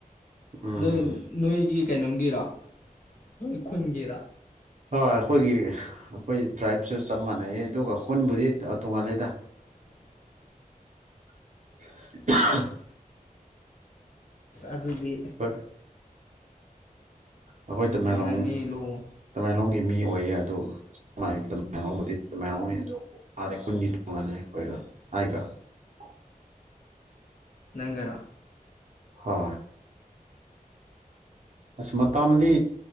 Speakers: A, on the right; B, on the left.
A: ꯎꯝ
B: ꯅꯣꯏ ꯅꯣꯏꯒꯤ ꯀꯩꯅꯣꯝꯒꯤꯔ ꯅꯣꯏ ꯈꯨꯟꯒꯤꯔ
A: ꯍꯣꯏ ꯑꯩꯈꯣꯏꯒꯤ ꯑꯩꯈꯣꯏ ꯇ꯭ꯔꯥꯏꯞꯁꯨ ꯆꯞ ꯃꯥꯟꯅꯩ ꯑꯗꯨꯒ ꯈꯨꯟꯕꯨꯗꯤ ꯇꯣꯡꯉꯜꯂꯤꯗ
B: <inaudible>
A: <unintelligible>
B: ꯑꯗꯨꯗꯤ
A: ꯍꯣꯏ ꯑꯩꯈꯣꯏ ꯇꯃꯦꯡꯂꯣꯡ
B: ꯅꯨꯡꯉꯥꯏꯅꯤ ꯂꯨꯍꯣꯡ
A: ꯇꯃꯦꯡꯂꯣꯡ ꯃꯤ ꯑꯣꯏꯌꯦ ꯑꯗꯨ <unintelligible> ꯃꯥꯗꯦ ꯈꯨꯨꯟꯗꯤ <unintelligible>
B: ꯅꯒꯔ
A: ꯍ ꯑꯁ ꯃꯇꯝꯗꯤ